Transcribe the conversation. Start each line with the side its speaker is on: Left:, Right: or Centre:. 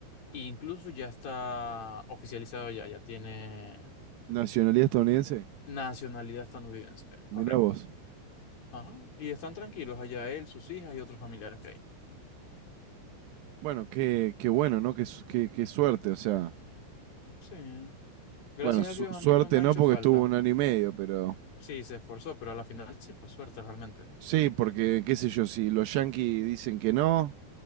Left: e incluso ya está oficializado ya, ya tiene
Right: Nacionalidad estadounidense,
Left: nacionalidad estadounidense,
Right: mirá
Left: correcto.
Right: vos.
Left: Ajá. Y están tranquilos allá él, sus hijas y otros familiares que hay.
Right: Bueno, qué, qué bueno, ¿no? Qué, su- qué- qué suerte, o sea.
Left: Sí. Gracias
Right: Bueno, su-
Left: a Dios
Right: suerte
Left: a mí no me ha
Right: no
Left: hecho
Right: porque
Left: falta.
Right: estuvo un año y medio, pero...
Left: Sí, se esforzó, pero a la final sí fue suerte realmente.
Right: Sí, porque qué sé yo, si los yanquis dicen que no,